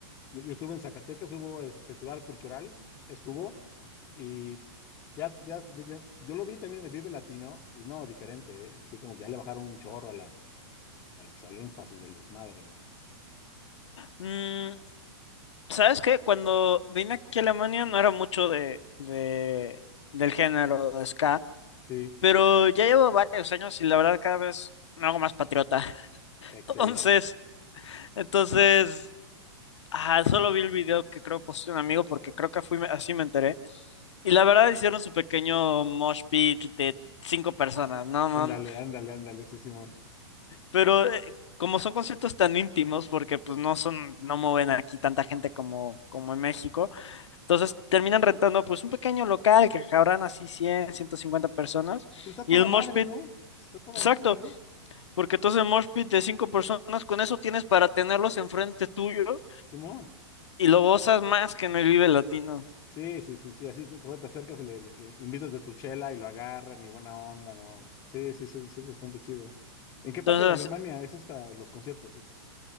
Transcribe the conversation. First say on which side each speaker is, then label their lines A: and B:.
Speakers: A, on the left (about 20°); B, on the left (about 85°).
A: yo, yo estuve en Zacatecas, hubo el Festival Cultural, estuvo, y ya, ya, ya- ya- yo lo vi también en Vive Latino, y no, diferente, ¿eh? Así como que ya le bajaron un chorro a la, al, pues, al énfasis del desmadre, ¿no?
B: Mm, ¿Sabes qué? Cuando vine aquí a Alemania no era mucho de, de- del género de ska,
A: Sí,
B: pero ya llevo varios años y la verdad cada vez me hago más patriota. <laughs>
A: excelente.
B: Entonces, entonces, ah, solo vi el video que creo posteó un amigo porque creo que fui, así me enteré. Y la verdad hicieron su pequeño mosh pit de cinco personas, ¿no? no,
A: Ándale, ándale, ándale, sí, Simón.
B: pero eh, como son conciertos tan íntimos, porque pues no son, no mueven aquí tanta gente como, como en México Entonces terminan rentando pues un pequeño local que cabrán así 100, 150 personas
A: Pero está
B: y
A: toda
B: el mosh
A: madre,
B: pit,
A: ¿no? Está toda
B: exacto,
A: madre, ¿no?
B: porque entonces el mosh pit de 5 personas con eso tienes para tenerlos enfrente tuyo
A: Simón.
B: y lo gozas más que en el Vive Latino.
A: Sí, sí, sí, sí, así te, te acercas y le, le invitas de tu chela y lo agarran y buena onda, ¿no? Sí, sí, sí, sí, sí, es bastante chido. ¿En qué parte
B: Entonces,
A: de Alemania es esta, los conciertos estos?